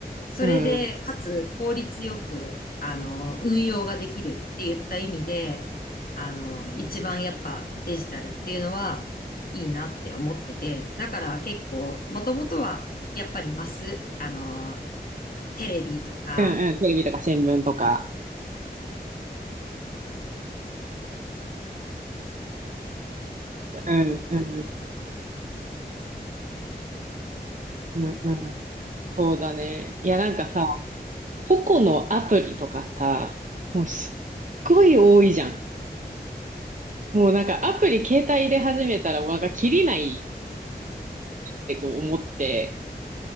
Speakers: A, on the left; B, on the right.
A: それで、
B: うん。うん
A: かつ効率よく、あのー運用ができるって言った意味で、あのー一番やっぱデジタルっていうのはいいなって思ってて、だから結構、もともとはやっぱりマス、あのーテレビとか、
B: うん。テレビとか新聞とか。うんうんうんうん。そうだね。いやなんかさ、個々のアプリとかさ、もうすっごい多いじゃん。もうなんかアプリ携帯入れ始めたらもうなんかキリないってこう思って、